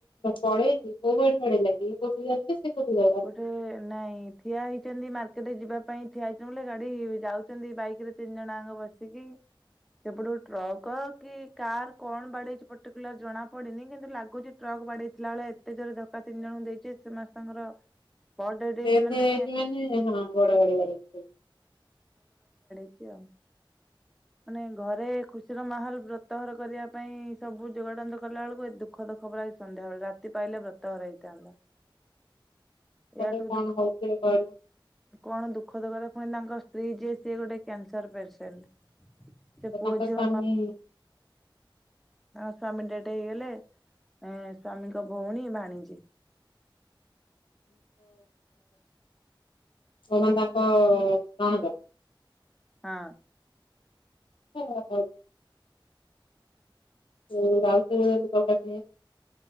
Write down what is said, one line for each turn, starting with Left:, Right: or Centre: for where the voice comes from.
Left: ପଳେଇଛି, କୋଉ ବାଟେ ପଳେଇଲା କି? ବୁଝି ଯାଉଛି ସେ କୋଉଠିକି ଯାଉଥିଲେ।
Centre: ଗୋଟେ ନାଇଁ ଠିଆ ହେଇଛନ୍ତି ମାର୍କେଟରେ ଯିବା ପାଇଁ ଠିଆ ହେଇଛନ୍ତି ଗାଡି ଯାଉଛନ୍ତି ବାଇକ ରେ ତିନି ଜଣ ଆଙ୍କ ବସିକି, ସେପଟୁ ଟ୍ରକ କି କାର କଣ ବାଡେଇଛି ପର୍ଟିକୁଲାର ଜଣା ପଡନି, କିନ୍ତୁ ଲାଗୁଛି ଟ୍ରକ୍ ବାଡେଇଥିଲା ଭଳିଆ ଏତେ ଜୋରେ ଧକ୍କା ତିନି ଜଣଙ୍କୁ ଦେଇଛି ସମସ୍ତଙ୍କର ସ୍ପଟ ଡେଡ୍ ହେଇଛି
Left: ଡେଥ
Centre: ମାନେ
Left: ହେଇଯାଇଛି ମାନେ ହଁ ବଡ଼ ଗାଡ଼ି ବାଡେଇ ଥିବ।
Centre: କେଆଣି। ମାନେ ଘରେ ଖୁସିର ମାହୋଲ ବ୍ରତହର କରିବା ପାଇଁ ସବୁ ଯୋଗାଡ ଯନ୍ତ କଲା ବେଳକୁ ଦୁଃଖ ଦୁଖବ ସନ୍ଧ୍ୟାବେଳେ, ରାତି ପାଇଲେ ବ୍ରତ ହର ହେଇଥାନ୍ତା।
Left: ତାପରେ
Centre: ଏହାଠୁ
Left: କଣ
Centre: ଦୁଃଖ,
Left: ହଉଥିବେ କହିଲ
Centre: କଣ ଦୁଃଖଦ କରେ ପୁଣି ତାଙ୍କ ତୁ ଯେ ସେ ଗୋଟେ କ୍ୟାନସର ପେସେଣ୍ଟ। ସେ
Left: ତ
Centre: ପୁଅଝିଅ
Left: ସ୍ଵାମୀ
Centre: ହଁ ତାଙ୍କ ସ୍ୱାମୀ ଡେଡ ଗୋଟେ ହେଇଗଲେ ଏ ସ୍ଵାମୀଙ୍କ ଭଉଣୀ ଭାଣୀଜୀ।
Left: <inaudible> ମାନେ ତାଙ୍କ ନଣନ୍ଦ।
Centre: ହଁ।
Left: <unintelligible> <unintelligible>